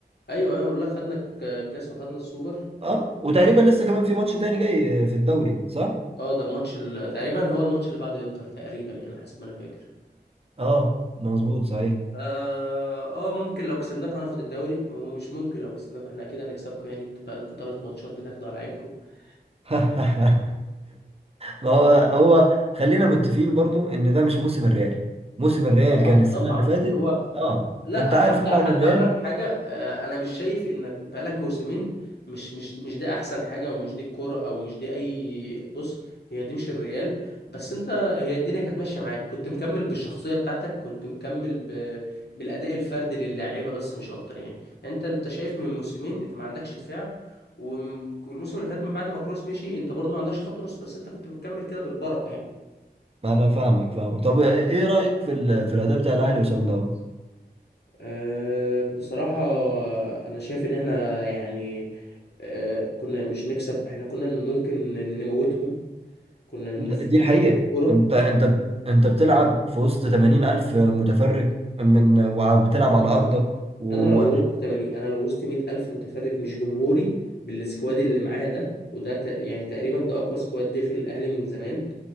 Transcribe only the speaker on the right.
اه وتقريبا لسه كمان في ماتش تاني جاي في الدوري صح
اه مظبوط صحيح
<laughs> ما هو هو خلينا متفقين برضو ان ده مش موسم الريال موسم الريال
كان السنة
اللي فاتت
اه
انت عارف
طبعا
الريال
ما انا فاهمك فاهمك طب ايه رأيك في ال... في الاداء بتاع الاهلي وصن داونز
د- دي الحقيقة
انت انت انت بتلعب في وسط 80 ألف متفرج من وبتلعب على أرضك و...